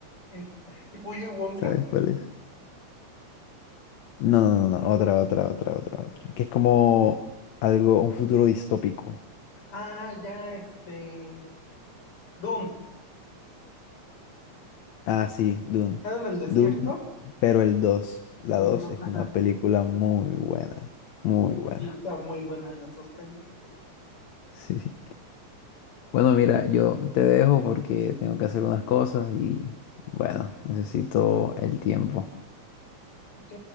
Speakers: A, on the left; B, on the left.
A: Esta. <laughs> Willy Wonka.
B: ¿Sabes cuál es? No, no, no, no, otra, otra, otra, otra, otra. Que es como algo, un futuro distópico.
A: Ah, ya, este. Dune.
B: Ah, sí, Dune.
A: ¿Era en el desierto?
B: Dune, pero el 2, La
A: Dune
B: 2
A: 2,
B: es
A: ajá.
B: una película muy buena, muy buena.
A: Sí, están
B: <laughs>
A: muy buenas las dos películas.
B: Sí. Bueno, mira, yo te dejo porque tengo que hacer unas cosas y bueno, necesito el tiempo.
A: Ok,